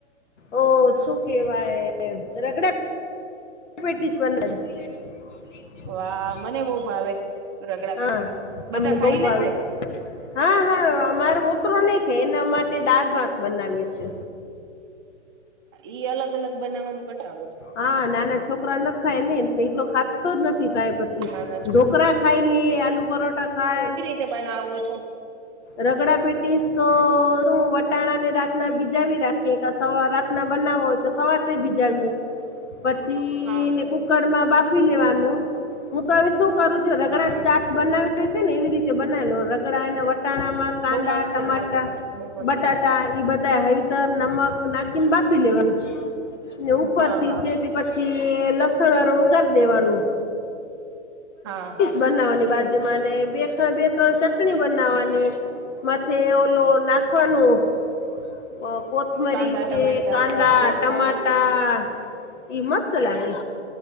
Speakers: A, on the left; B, on the right.
A: ઓ શું કેવાય રગડા પેટિસ બનાવી
B: વાહ મને બહુ ભાવે રગડા
A: હા
B: પેટીસ બધા
A: તમને
B: ખાઈ
A: બહુ
B: લેશે
A: ભાવે. હા હા મારો પોતરો નહી ખાય એના માટે દાળ ભાત બનાવી છે.
B: ઈ અલગ અલગ બનાવાનો કંટાળો છે.
A: હા નાન છોકરા નખાય ને એ તો ખાતો જ નથી કાઈ પછી.
B: નાના છો
A: ઢોકરા ખાયલે આલુ પરોઠા ખાાય.
B: તે બનાવો છો?
A: રગડા પેટીશ તો શું વટાણાને રાતના ભીજાવી રાખીએ. સવા રાતના બનાવો હોય તો સવારે ભીજાવીએ. પછી
B: હા
A: એને કૂકર મા બાફી લેવાનું પછી હું તો હવે શું કરું રગડા
B: હા
A: ચાટ બનાવે છે ને એવી રીતે બનાવે લઉ. રગડા ના વટાણા મા કાંદા
B: બહુ મસ્ત
A: ટમાટા
B: લાગે બહુ મસ્ત
A: બટાટા
B: લાગે
A: એ બધા હરી દર નમક નાખીને બાફી લેવાનું ઉપર
B: હા
A: થી
B: હા
A: છે તે પછી પછી લસણ વારૂ વઘારી દેવાનું
B: હા
A: બનાવવાની બાજુ માં ને બે બે ત્રણ ચટણી બનાવાની. માથે ઓલો નાખવાનું કો થમરી
B: કાંદા
A: ચે
B: ટમેટા
A: કાંદા
B: અને કોથમીર
A: ટમાટા
B: ને બધું
A: ઈ મસ્ત લાગે.